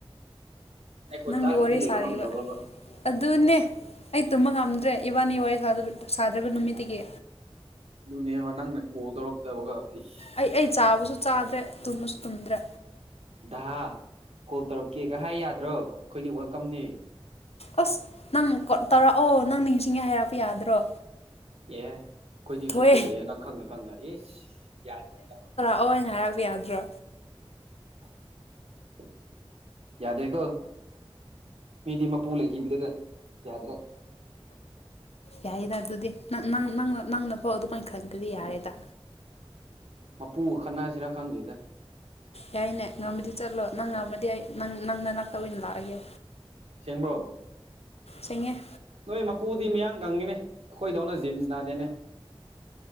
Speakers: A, on the right; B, on the left.
A: ꯑꯩ ꯈꯣꯟ
B: ꯅꯪ
A: ꯇꯥꯗ꯭ꯔꯗꯤ
B: ꯋꯥꯔꯤꯔꯤ
A: ꯂꯩꯕ
B: ꯁꯥꯔꯤꯕ
A: ꯉꯝꯗ꯭ꯔꯕꯕ
B: ꯑꯗꯨꯅꯦ ꯑꯩ ꯇꯨꯝꯕ ꯉꯝꯗ꯭ꯔꯦ ꯏꯕꯥꯅꯤ ꯋꯥꯔꯤ ꯁꯥꯗ꯭ꯔꯔꯤꯕ ꯅꯨꯃꯤꯠꯇꯒꯤ
A: ꯑꯗꯨꯅꯦꯕ ꯅꯪꯅ ꯀꯣꯜ ꯇꯧꯔꯛꯇꯕꯒ ꯏꯁ
B: ꯑꯩ ꯑꯩ ꯆꯥꯕꯁꯨ ꯆꯥꯗ꯭ꯔꯦ ꯇꯨꯝꯃꯁꯨ ꯇꯨꯝꯗ꯭ꯔꯦ
A: ꯍ ꯀꯣꯜ ꯇꯧꯔꯛꯀꯦ ꯀꯩ ꯍꯥꯏ ꯌꯥꯗ꯭ꯔꯣ ꯑꯩꯈꯣꯏꯗꯤ ꯋꯦꯜꯀꯝꯅꯤ
B: ꯑꯁ ꯅꯪ ꯀ ꯇꯧꯔꯛꯑꯣ ꯅꯪ ꯅꯤꯡꯁꯤꯡꯉꯦ ꯍꯥꯏꯔꯛꯄ ꯌꯥꯗ꯭ꯔꯣ
A: ꯑꯦ ꯑꯩꯈꯣꯏꯗꯤ
B: ꯊꯣꯏ
A: ꯐ꯭ꯔꯤꯗ ꯂꯩꯌꯦꯦ ꯅꯪ ꯈꯪꯅ ꯈꯪꯅ ꯑꯦꯁ ꯌꯥꯗ꯭ꯔꯥ ꯌꯥꯗ꯭ꯔꯥ
B: ꯑꯣ ꯑꯩꯅ ꯍꯥꯏꯔꯛꯄ ꯌꯥꯗ꯭ꯔꯣ
A: <inaudible> ꯌꯥꯗ꯭ꯔꯦꯀꯣ ꯃꯤꯗꯤ ꯃꯄꯨ ꯂꯩꯈꯤꯕꯗꯒ ꯌꯥꯗ꯭ꯔꯥ
B: ꯌꯥꯏꯗ ꯑꯗꯨꯗꯤ ꯅꯪ ꯅ ꯅꯪꯅꯐꯥꯎ ꯑꯗꯨꯃꯥꯏꯅ ꯈꯟꯒꯗꯤ ꯌꯥꯔꯦꯗ
A: ꯃꯄꯨꯒ ꯈꯠꯅꯁꯤꯔꯥ ꯈꯪꯗ꯭ꯔꯦꯗ
B: ꯌꯥꯏꯅꯦ ꯉꯔꯝꯃꯗꯤ ꯆꯠꯂꯣ ꯅꯪ ꯉꯔꯝꯃꯗꯤ ꯌꯥꯏ ꯅꯪ ꯅꯪꯅ ꯅꯛꯇ ꯑꯣꯏꯅ ꯂꯥꯛꯑꯒꯦ
A: ꯆꯦꯡꯕꯣ
B: ꯆꯉꯦ
A: ꯅꯣꯏ ꯃꯄꯨꯗꯤ ꯃꯤꯌꯥꯡ ꯀꯪꯉꯤꯅꯦ ꯑꯩꯈꯣꯏꯗꯧꯅ ꯖꯤꯝꯁ ꯅꯥꯗꯦꯅꯦ